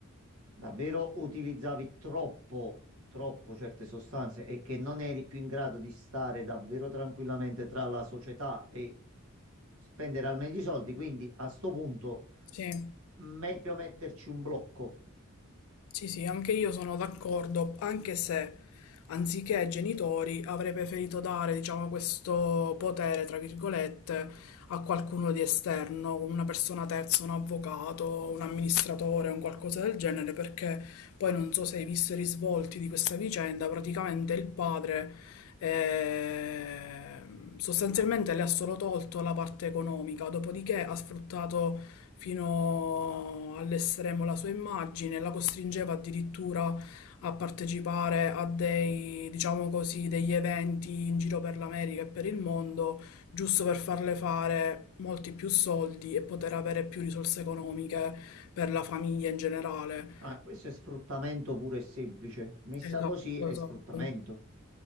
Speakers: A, on the right; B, on the left.
A: davvero utilizzavi troppo, troppo certe sostanze e che non eri più in grado di stare davvero tranquillamente tra la società e spendere al meglio i soldi, quindi a sto punto...
B: Sì.
A: Meglio metterci un blocco.
B: Sì, sì, anche io sono d'accordo, anche se anziché ai genitori avrei preferito dare, diciamo, questo potere, tra virgolette, a qualcuno di esterno, come una persona terza, un avvocato, un amministratore, un qualcosa del genere, perché poi non so se hai visto i risvolti di questa vicenda, praticamente il padre eh, sostanzialmente le ha solo tolto la parte economica, dopodiché ha sfruttato fino all'estremo la sua immagine, la costringeva addirittura a partecipare a dei, diciamo così, degli eventi in giro per l'America e per il mondo giusto per farle fare molti più soldi e poter avere più risorse economiche per la famiglia in generale.
A: Ah, questo è sfruttamento puro e semplice. Messa
B: Esatto,
A: così è
B: esatto.
A: sfruttamento.